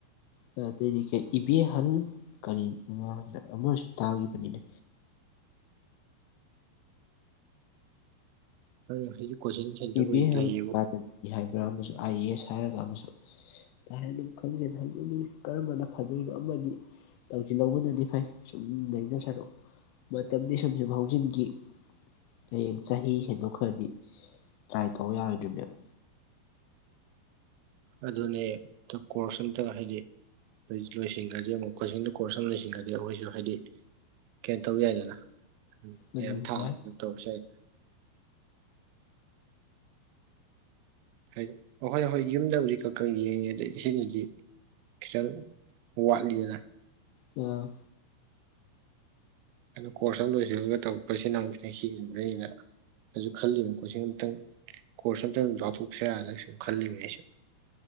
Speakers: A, on the left (about 85°); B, on the right (about 85°).
A: ꯑꯥ ꯑꯇꯩꯗꯤ ꯀꯩ ꯏꯕꯦꯍꯟ ꯀꯔꯤ <unintelligible> ꯑꯃꯁꯨ ꯇꯥꯒꯤꯕꯅꯤꯅ꯫
B: <unintelligible> ꯀꯣꯆꯤꯡ ꯁꯦꯟꯇꯔꯕꯨꯗꯤ
A: ꯏꯕꯦꯍꯟ
B: ꯂꯩꯌꯦꯕꯨ
A: ꯑꯦꯀꯥꯗꯃꯤ ꯍꯥꯏꯕ꯭ꯔꯥ ꯑꯃꯁꯨ ꯑꯥꯏ ꯑꯦ ꯑꯦꯁ ꯍꯥꯏꯔꯒ ꯑꯃꯁꯨ ꯀꯥ ꯍꯦꯟꯅ ꯈꯪꯖꯦꯗ ꯑꯗꯨꯅꯤ ꯀꯔꯝꯕꯅ ꯐꯗꯣꯏꯅꯣ ꯑꯃꯗꯤ ꯇꯧꯖꯤꯜꯂꯧꯕꯅꯗꯤ ꯐꯩ ꯁꯨꯝ ꯂꯩꯗꯧ ꯁꯔꯨꯛ ꯃꯇꯝꯗꯤ ꯁꯨꯝ ꯁꯨꯝ ꯍꯧꯖꯤꯟꯒꯤ꯫ ꯍꯌꯦꯡ ꯆꯍꯤ ꯍꯦꯟꯗꯣꯛꯈ꯭ꯔꯗꯤ꯫ ꯇ꯭ꯔꯥꯏ ꯇꯧꯕ ꯌꯥꯔꯣꯏꯗ꯭ꯔꯤꯝꯅꯦꯕ꯫
B: ꯑꯗꯨꯅꯦ <unintelligible> ꯀꯣꯔꯁ ꯑꯝꯇ ꯍꯥꯏꯗꯤ꯫ ꯂꯣꯏ ꯂꯣꯏꯁꯤꯟꯈ꯭ꯔꯗꯤ ꯑꯃꯨꯛ ꯀꯣꯆꯤꯡꯗ ꯀꯣꯔꯁ ꯑꯃ ꯂꯣꯏꯁꯤꯟꯈ꯭ꯔꯗꯤ ꯑꯩꯈꯣꯏꯁꯨ ꯍꯥꯏꯗꯤ ꯀꯩꯅꯣ ꯇꯧ ꯌꯥꯏꯗꯅ <inaudible>
A: ꯑꯗꯨꯗꯤ
B: ꯀꯩꯝ ꯊꯥꯕꯗ
A: ꯌꯥꯏ
B: ꯇꯧꯔꯁꯨ ꯌꯥꯏꯗꯅ꯫ ꯍꯥꯏ ꯑꯍꯣꯏ ꯍꯣꯏ ꯌꯨꯝꯗꯕꯨꯗꯤ ꯈ꯭ꯔ ꯀ ꯌꯦꯡꯉꯦ <unintelligible> ꯁꯤꯅꯗꯤ ꯈꯤꯇꯪ ꯋꯥꯠꯂꯤꯅ
A: ꯌꯥ
B: ꯑꯗꯣ ꯀꯣꯔꯁ ꯑꯃ ꯂꯣꯏꯁꯤꯜꯂꯒ ꯇꯧꯔꯛꯄꯁꯦ ꯅꯪ ꯆꯍꯤ ꯑꯃ ꯈꯔ ꯍꯦꯟꯅ ꯑꯩꯁꯨ ꯈꯜꯂꯤꯕꯅꯤ ꯀꯣꯆꯤꯡ ꯑꯃꯇꯪ ꯀꯣꯔꯁ ꯑꯃꯝꯇꯪ ꯌꯥꯎꯊꯣꯛꯁꯤꯔ ꯌꯥꯅ ꯁꯨꯝ ꯈꯜꯂꯤꯅꯦ ꯑꯩꯁꯨ